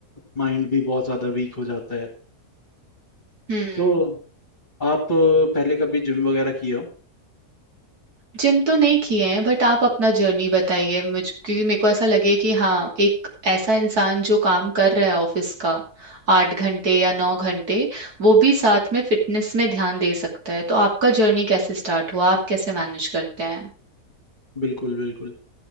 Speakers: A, on the left; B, on the right.
A: माइंड भी बहुत ज़्यादा वीक हो जाता है
B: हम्म
A: तो आप अ, पहले कभी जिम वगैरह किए हो
B: जिम तो नहीं किए हैं बट आप अपना जर्नी बताइए मुझ क्योंकि मेरे को ऐसा लगे कि हाँ एक ऐसा इंसान जो काम कर रहा है ऑफिस का आठ घंटे या नौ घंटे वो भी साथ में फिटनेस में ध्यान दे सकता है तो आपका जर्नी कैसे स्टार्ट हुआ आप कैसे मैनेज करते हैं
A: बिल्कुल बिल्कुल